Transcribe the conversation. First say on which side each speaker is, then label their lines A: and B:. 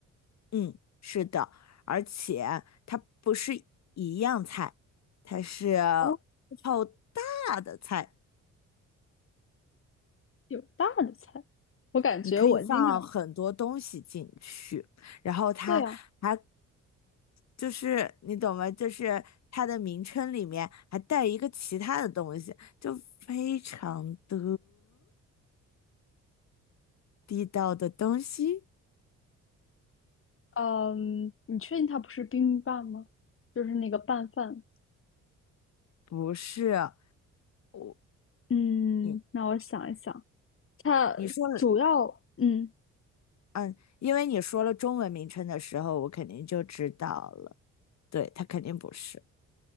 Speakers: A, on the left; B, on the left.
A: 嗯，是的，而且它不是一样菜，它是
B: 哦，就是
A: 好大的菜，
B: 有大的菜。我感觉我经常
A: 你可以放很多东西进去，然后它还
B: 对呀、
A: 就是你懂吗？就是它的名称里面还带一个其他的东西，就非常的地道的东西，
B: 嗯，你确定它不是 b i i m b a p 吗？就是那个拌饭。
A: 不是我
B: 嗯，
A: 你
B: 那我想一想，它主要嗯。
A: 你说了，嗯，因为你说了中文名称的时候，我肯定就知道了。对，它肯定不是，